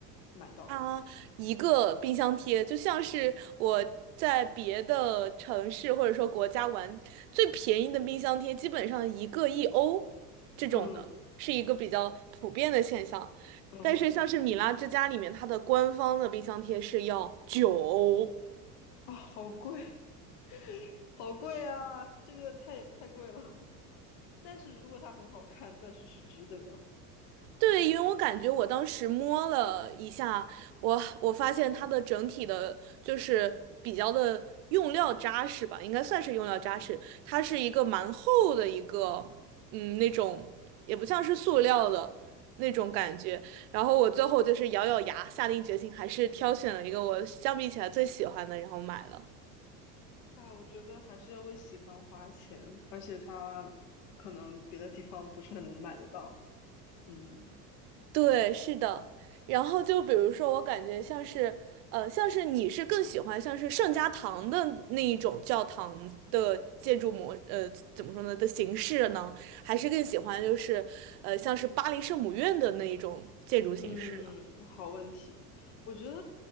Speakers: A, on the left (about 65°); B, on the right (about 65°).
A: 买到？
B: 它一个冰箱贴就像是我在别的城市或者说国家玩，最便宜的冰箱贴基本上一个一欧这种的，
A: 嗯
B: 是一个比较普遍的现象。
A: 嗯哼，
B: 但是像是米拉之家里面，它的官方的冰箱贴是要九欧。
A: 啊，好贵，好贵啊，这个太太贵了。但是如果它很好看，那就是值得。
B: 对，因为我感觉我当时摸了一下，我我发现它的整体的，就是比较的用料扎实吧，应该算是用料扎实。它是一个蛮厚的一个，嗯，那种也不像是塑料的那种感觉。然后我最后就是咬咬牙，下定决心，还是挑选了一个我相比起来最喜欢的，然后买了。
A: 哎，我觉得还是要为喜欢花钱，而且它可能别的地方不是很能买得到。嗯
B: 对，是的。然后就比如说，我感觉像是，呃，像是你是更喜欢像是圣家堂的那一种教堂的建筑模，呃，怎么说呢的形式呢？还是更喜欢就是，呃，像是巴黎圣母院的那一种建筑形式呢？
A: 嗯，好问题。我觉得